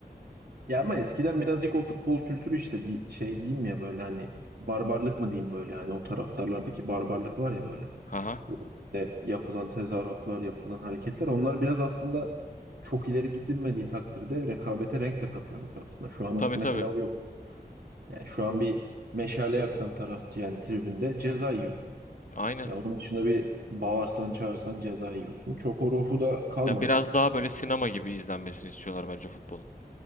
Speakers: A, on the right; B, on the left.
A: Ya ama eskiden birazcık o futbol kültürü işte di- şey diyeyim ya böyle hani barbarlık mı diyeyim böyle hani o taraftarlardaki barbarlık var ya böyle.
B: Aha.
A: E, yapılan tezahüratlar, yapılan hareketler onlar biraz aslında çok ileri gidilmediği takdirde rekabete renk de katıyormuş aslında. Şu an
B: Tabii
A: o, mesela
B: tabii.
A: o yok. Yani şu an bir meşale yaksan tarafçı yani tribünde ceza yiyorsun.
B: Aynen.
A: Ya onun dışında bir bağırsan çağırsan ceza yiyorsun. Çok o ruhu da kalmadı
B: Ya biraz
A: bence.
B: daha
A: Yani.
B: böyle sinema gibi izlenmesini istiyorlar bence futbolun.